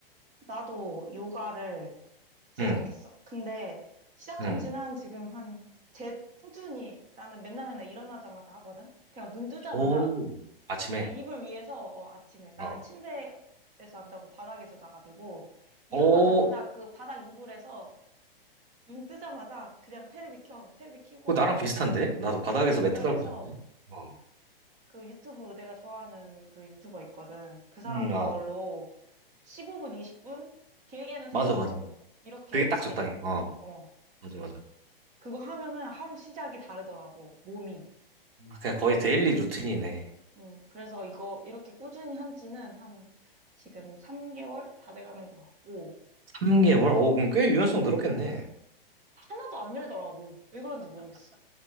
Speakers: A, on the right (about 25°); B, on the right (about 75°).
A: 나도 요가를 시작했어.
B: 응,
A: 근데 시작한
B: 응.
A: 지는 한 지금 한, 제, 꾸준히 나는 맨날 맨날 일어나자마자 하거든? 그냥 눈 뜨자마자
B: 오. 아침에.
A: 그냥 이불 위에서 어, 아침에 나는
B: 어.
A: 침대에서 안 자고 바닥에서 자가지고 일어나자마자
B: 오,
A: 그 바닥 이불에서 눈 뜨자마자 그냥 테레비 켜 테레비 켜고
B: 그거 나랑 비슷한데? 나도
A: 유튜브
B: 바닥에서
A: 연결해서
B: 매트 깔고 자는데. 어.
A: 그 유튜브 내가 좋아하는 그 유튜버 있거든 그 사람
B: 응,
A: 걸로
B: 아,
A: 15분 20분 길게는 30분
B: 맞아, 맞아.
A: 이렇게
B: 그게 딱 적당해.
A: 해
B: 어,
A: 어
B: 맞아, 맞아.
A: 그거 하면은 하루 시작이 다르더라고 몸이
B: 그냥 거의 데일리 루틴이네.
A: 음 그래서 이거 이렇게 꾸준히 한 지는 한 지금 3개월 다 돼가는 것 같고
B: 3개월? 오, 그럼 꽤 유연성 늘었겠네.
A: 하나도 안 늘더라고. 왜 그런지 모르겠어.